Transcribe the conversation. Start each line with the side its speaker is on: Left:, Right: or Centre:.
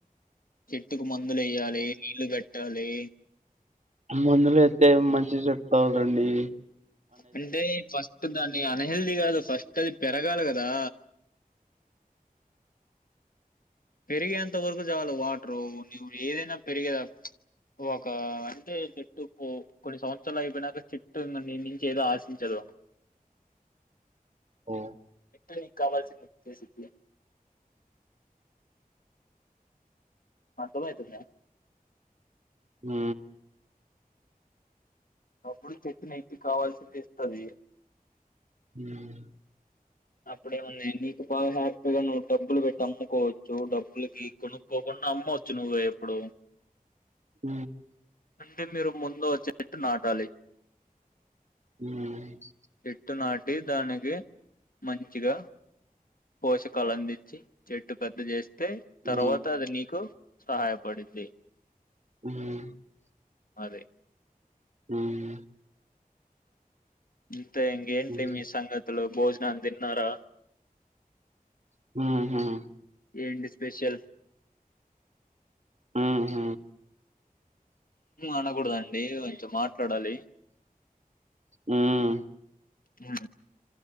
Left: చెట్టుకు మందులు లెయ్యాలి నీళ్లు పెట్టాలి
Right: మందులు అయితే మంచి చెప్తవాలండి
Left: అంటే ఫస్ట్ దాన్ని అన్హెల్దీ కాదు ఫస్ట్ అది పెరగాలి కదా పెరిగేంత వరకు చాలు వాటర్ నువు ఏదైనా పెరిగేదా ఒక అంటే చెట్టు కొన్ని సంవత్సరాలు అయిపోయినాక చెట్టు ని నుంచి ఏదో ఆశించదు <unintelligible>
Right: ఓ
Left: ఇని కావాల్సి చేసితి అర్ధమైతుందా
Right: హ
Left: అప్పుడు చెట్ ఎక్కి కావాల్సింది ఇస్తుది
Right: <unintelligible>
Left: అప్పుడేమన్నా నీకు బాగా హ్యాపీగా నువ్వు డబ్బులు పెట్టి అమ్ముకోవచ్చు డబ్బులకి కొనుక్కోకు అమ్మవచ్చు నువ్వ ఎప్పుడు
Right: హ
Left: నుండి మీరు ముందు వచ్చేట్టు నాటాలి
Right: <unintelligible>
Left: చెట్టు నాటి దానికి మంచిగా పోషకాలు అందించి చెట్టు పెద్ద చేస్త అతే
Right: మ్మ్
Left: తర్వాత
Right: మ్మ్
Left: అది నీకు సహాయపడింది
Right: <unintelligible>
Left: అదే
Right: ఉమ్
Left: అంతే ఇ ఏంటిలీ
Right: మ్మ్ మ్మ్
Left: మీ సంగతులు బోజ న తిన్నారా
Right: <unintelligible>
Left: ఏంటి స్పెషల్
Right: ఉమ్
Left: అనకూడదండి కొంచెం మాట్లాడాలి
Right: ఉమ్
Left: ఆ